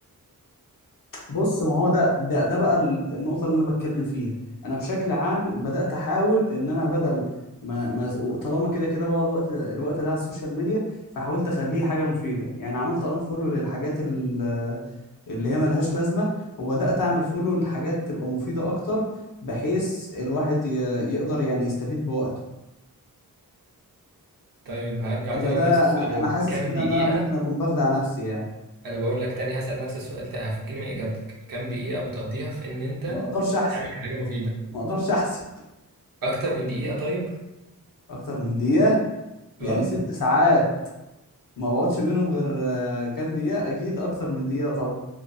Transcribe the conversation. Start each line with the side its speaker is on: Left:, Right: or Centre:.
Left: بص ما هو ده ده ده بقى ال- النقطة اللي أنا بتكلم فيها أنا بشكل عام بدأت أحاول إن أنا بدل ما ما طالما كده كده بقعد وقت الوقت ده على السوشيال ميديا فحاولت أخليه حاجة مفيدة يعني عملت أنفولو للحاجات ال- اللي هي ملهاش لازمة وبدأت أعمل فولو لحاجات تبقى مفيدة أكتر بحيث الواحد ي- يقدر يعني يستفيد بوقته
Right: طيب هرجع
Left: ولا
Right: تاني
Left: ده
Right: لنفس السؤال
Left: انا انا حاسس
Right: كام
Left: كده
Right: دقيقه
Left: ان انا ممكن اكون بخدع نفسي يعني
Right: انا بقول لك تاني هسأل نفس السؤال تاني هفكني من اجابتك كام دقيقة بتقضيها في ان انت
Left: ما اقدرش احسب
Right: تعمل حاجة مفيدة
Left: ما اقدرش احسب
Right: اكتر من دقيقة طيب
Left: اكتر من دقيقة
Right: اه
Left: يعني ست ساعات ما بقعدش منهم غير آه، كام دقيقة اكيد اكتر من دقيقة طبعا